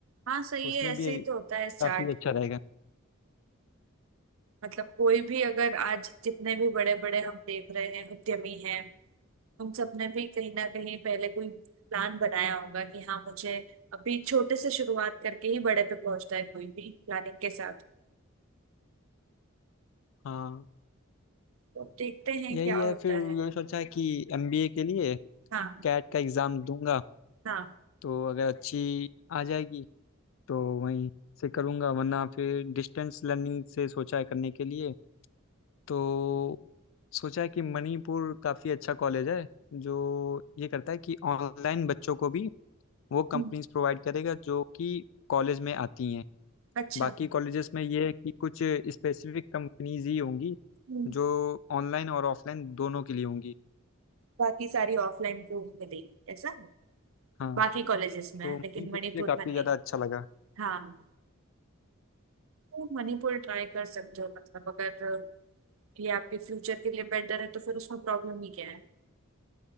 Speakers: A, on the right (about 80°); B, on the left (about 65°).
A: हाँ सही
B: उसमें
A: है ऐसे
B: भी
A: ही तो होता है स्टार्ट
B: काफ़ी अच्छा रहेगा
A: मतलब कोई भी अगर आज जितने भी बड़े बड़े हम देख रहे हैं उद्यमी हैं उन सब ने भी कहीं ना कहीं पहले कोई प्लान बनाया होगा कि हाँ मुझे अभी छोटे से शुरुआत करके ही बड़े पे पहुंचता है कोई भी प्लानिंग के साथ
B: हाँ
A: तो देखते हैं
B: यही
A: क्या
B: है
A: होता
B: फिर
A: है
B: ये सोचा कि एमबीए के लिए
A: हाँ
B: कैट का एग्ज़ाम दूंगा
A: हाँ
B: तो अगर अच्छी आ जाएगी तो वहीं से करूंगा वरना फिर डिस्टेंस लर्निंग से सोचा है करने के लिए तो सोचा कि मणिपुर काफ़ी अच्छा कॉलेज है जो ये करता है कि ऑनलाइन बच्चों को भी वो
A: हम्म,
B: कंपनीज प्रोवाइड करेगा जो कि कॉलेज में आती हैं
A: अच्छा
B: बाकी कॉलेजेस में ये है कि कुछ स्पेसिफिक कंपनीज ही होंगी
A: हम्म,
B: जो ऑनलाइन और ऑफलाइन दोनों के लिए होंगी
A: बाकी सारी ऑफलाइन कोर्स मिली ऐसा
B: हाँ
A: बाकी कॉलेजेस में
B: तो
A: है,
B: मणिपुर
A: लेकिन मणिपुर
B: मुझे काफ़ी
A: में नहीं
B: ज़्यादा अच्छा लगा
A: हाँ तो मणिपुर ट्राई कर सकते हो मतलब अगर ये आपके फ्यूचर के लिए बेटर है तो फिर उसमें प्रॉब्लम ही क्या है